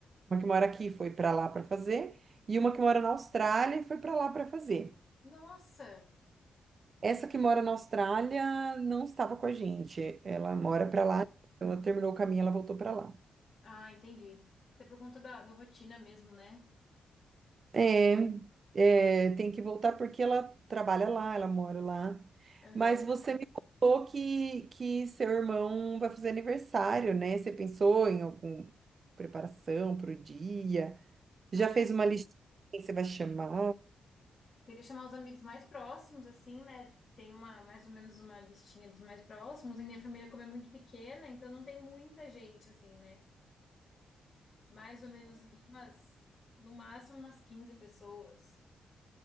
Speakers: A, on the right; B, on the left.
A: uma que mora aqui foi para lá para fazer, e uma que mora na Austrália e foi para lá para fazer.
B: Nossa.
A: Essa que mora na Austrália não estava com a gente, ela mora
B: Aham.
A: para lá, então ela terminou o caminho, ela voltou para lá.
B: Ah, entendi. Até por conta da, da rotina mesmo, né?
A: É, é, tem que voltar porque ela trabalha lá, ela mora lá.
B: Aham.
A: Mas você me contou que, que seu irmão vai fazer aniversário, né? Você pensou em alguma preparação para o dia?
B: Ai,
A: Já fez uma lista de quem você vai chamar?
B: queria chamar os amigos mais próximos, assim, né? Tem uma, mais ou menos uma listinha dos mais próximos. E minha família, como é muito pequena, então não tem muita gente, assim, né? Mais ou menos ali umas, no máximo umas 15 pessoas.